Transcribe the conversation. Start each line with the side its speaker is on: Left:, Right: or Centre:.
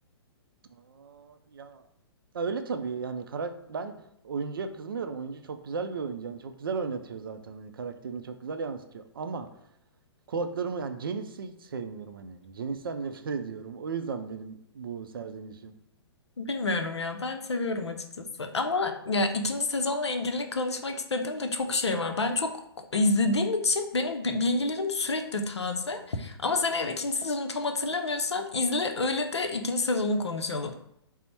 Right: Aa, ya öyle tabii yani karak ben oyuncuya kızmıyorum. Oyuncu çok güzel bir oyuncu. Yani çok güzel oynatıyor zaten. Hani karakterini çok güzel yansıtıyor. Ama kulaklarımı yani Janice'i hiç sevmiyorum hani. Janice'den nefret ediyorum. O yüzden benim bu serzenişim.
Left: Bilmiyorum ya ben seviyorum açıkçası ama ya ikinci sezonla ilgili konuşmak istediğim de çok şey var. Ben çok izlediğim için benim bi- bilgilerim sürekli taze ama sen eğer ikinci sezonu tam hatırlamıyorsan izle öyle de ikinci sezonu konuşalım.